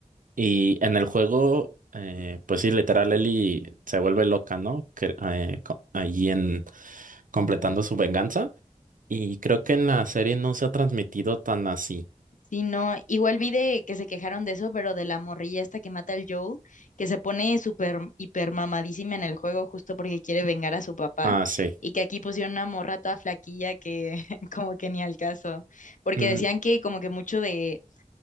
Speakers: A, on the right (about 75°); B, on the left (about 70°).
A: Y en el juego, eh, pues sí, literal, Ellie se vuelve loca, ¿no? Que, eh, co- allí en completando su venganza. Y creo que en la serie no se ha transmitido tan así.
B: Sí, no, igual vi de que se quejaron de eso, pero de la morrilla esta que mata al Joel, que se pone súper hiper mamadísima en el juego justo porque quiere vengar a su papá,
A: Ah, sí.
B: y que aquí pusieron una morra toda flaquilla que <laughs> como que ni al caso, porque
A: Mm,
B: decían que como que mucho de,